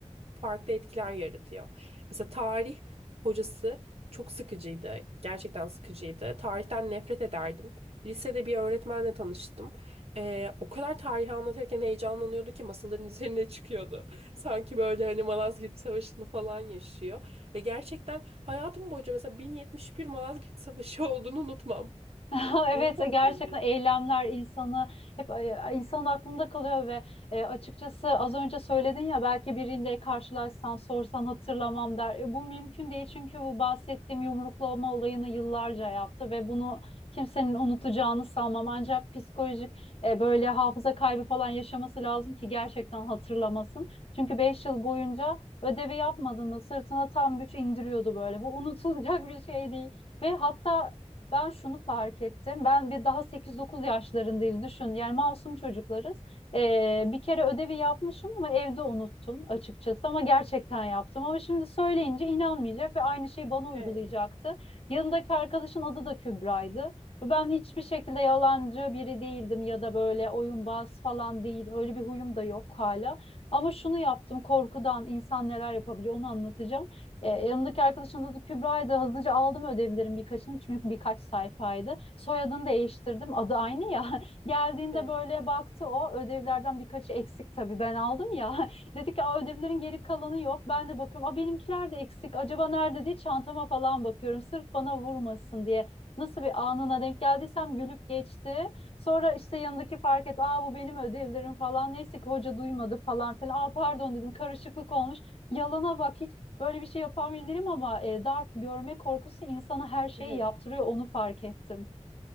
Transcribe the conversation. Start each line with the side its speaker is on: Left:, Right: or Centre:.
Right: farklı etkiler yaratıyor. Mesela tarih hocası çok sıkıcıydı. Gerçekten sıkıcıydı. Tarihten nefret ederdim. Lisede bir öğretmenle tanıştım. Ee, o kadar tarihi anlatırken heyecanlanıyordu ki masaların üzerine çıkıyordu. <laughs> Sanki böyle hani Malazgirt Savaşı'nı falan yaşıyor. Ve gerçekten hayatım boyunca mesela 1071 Malazgirt Savaşı <laughs> olduğunu unutmam.
Left: <laughs> Evet
Right: Unutamam.
Left: gerçekten eylemler insanı hep e, insanın aklında kalıyor ve e, açıkçası az önce söyledin ya belki birinde karşılaşsan sorsan hatırlamam der. E, bu mümkün değil çünkü bu bahsettiğim yumruklama olayını yıllarca yaptı ve bunu kimsenin unutacağını sanmam. Ancak psikolojik e, böyle hafıza kaybı falan yaşaması lazım ki gerçekten hatırlamasın. Çünkü 5 yıl boyunca ödevi yapmadığında sırtına tam güç indiriyordu böyle. Bu unutulacak bir şey değil. Ve hatta ben şunu fark ettim. Ben bir daha 8-9 yaşlarındayız düşün. Yani masum çocuklarız. Ee, bir kere ödevi yapmışım ama evde unuttum açıkçası ama gerçekten yaptım. Ama şimdi söyleyince inanmayacak ve aynı şeyi bana uygulayacaktı.
Right: Evet,
Left: Yanındaki arkadaşın adı da Kübra'ydı. Ve Ben hiçbir şekilde yalancı biri değildim ya da böyle oyunbaz falan değil. Öyle bir huyum da yok hala. Ama şunu yaptım korkudan insan neler yapabiliyor onu anlatacağım. E, yanımdaki arkadaşın adı Kübra'ydı. Hızlıca aldım ödevlerin birkaçını çünkü birkaç sayfaydı. Soyadını değiştirdim. Adı aynı ya. <laughs> Geldiğinde
Right: evet,
Left: böyle baktı o. Ödevlerden birkaçı eksik tabii ben aldım ya. <laughs> Dedi ki Aa, ödevlerin geri kalanı yok. Ben de bakıyorum. Aa, benimkiler de eksik. Acaba nerede diye çantama falan bakıyorum. Sırf bana vurmasın diye. Nasıl bir anına denk geldiysem gülüp geçti. Sonra işte yanındaki fark et. Aa bu benim ödevlerim falan. Neyse ki hoca duymadı falan filan. Aa pardon dedim karışıklık olmuş. Yalana bak hiç. Böyle bir şey yapan biri değilim ama e, darp görme korkusu insana her şeyi
Right: evet.
Left: yaptırıyor. Onu fark ettim.